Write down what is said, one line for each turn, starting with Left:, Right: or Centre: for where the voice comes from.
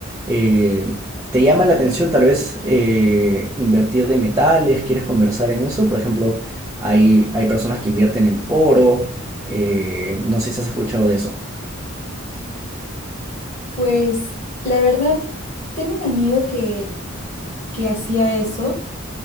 Right: Eh, ¿te llama la atención tal vez eh, invertir de metales? ¿Quieres conversar en eso? Por ejemplo, hay, hay personas que invierten en oro. eh, no sé si has escuchado de eso.
Left: Pues, la verdad, tengo un amigo que, que hacía eso